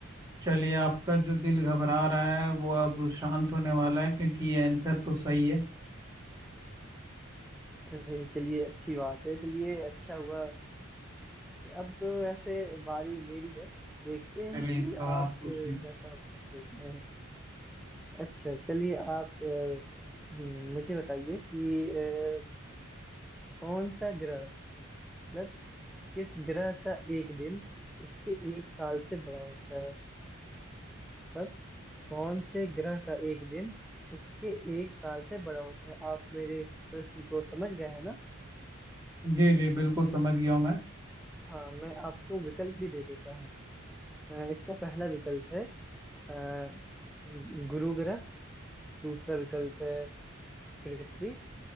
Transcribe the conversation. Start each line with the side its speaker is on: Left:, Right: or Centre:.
Right: चलिए आपका जो दिल घबरा रहा है वो अब शांत होने वाला है क्योंकि ये आंसर तो सही है
Centre: अरे चलिए अच्छी बात है चलिए अच्छा हुआ अब ऐसे बारी मेरी है देखते हैं
Right: चलिए
Centre: कि
Right: तो आप
Centre: आप
Right: पूछिए
Centre: अ, कैसा उत्तर देते हैं अच्छा चलिए आप अ, हम्म, मुझे बताइए कि अ, कौन सा ग्रह मतलब किस ग्रह का एक दिन उसके एक साल से बड़ा होता है मतलब कौन से ग्रह का एक दिन उसके एक साल से बड़ा होता है आप मेरे प्रश्न को समझ गए हैं ना
Right: जी जी बिल्कुल समझ गया हूँ मैं
Centre: हाँ मैं आपको विकल्प भी दे देता हूँ अ, इसका पहला विकल्प है अ, गुरु ग्रह दूसरा विकल्प है पृथ्वी